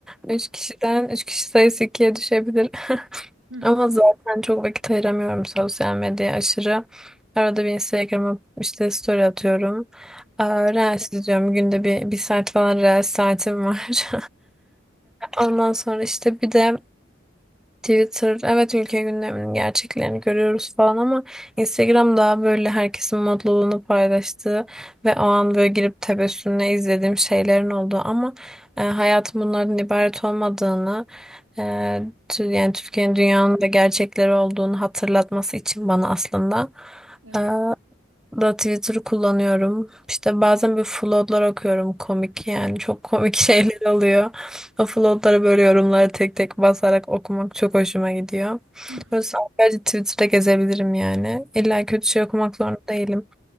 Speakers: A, in the centre; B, on the right.
A: 3 kişiden 3 kişi sayısı ikiye düşebilir. <laughs>
B: <laughs>
A: Ama zaten çok vakit ayıramıyorum sosyal medyaya aşırı. Arada bir Instagram'a işte story atıyorum. Aa, Reels izliyorum. Günde bir, bir saat falan Reels saatim var. <laughs> Ondan sonra işte bir de Twitter, evet ülke gündeminin gerçeklerini görüyoruz falan ama Instagram daha böyle herkesin mutluluğunu paylaştığı ve o an böyle girip tebessümle izlediğim şeylerin olduğu ama e, hayatın bunlardan ibaret olmadığını e, tü- yani Türkiye'nin dünyanın da gerçekleri olduğunu hatırlatması için bana aslında
B: Evet.
A: e, da Twitter'ı kullanıyorum. İşte bazen bir floodlar okuyorum komik yani çok komik <laughs> şeyler oluyor. O floodlara böyle yorumları tek tek basarak okumak çok hoşuma gidiyor.
B: <laughs>
A: Böyle sadece Twitter'da gezebilirim yani. İlla kötü şey okumak zorunda değilim.